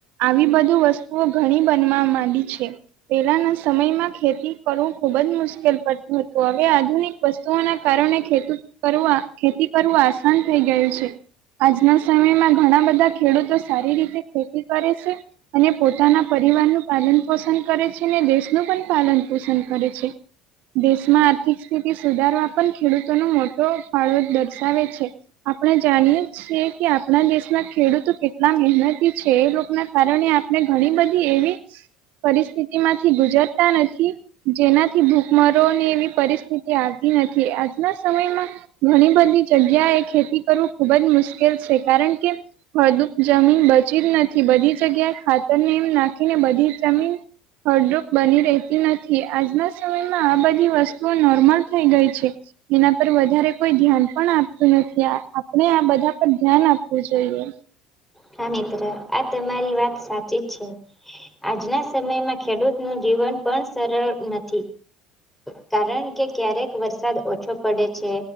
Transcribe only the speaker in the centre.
હા મિત્ર આ તમારી વાત સાચી છે. આજના સમયમાં ખેડૂત નુ જીવન પણ સરળ નથી. કારણ કે ક્યારેક વરસાદ ઓછો પડે છે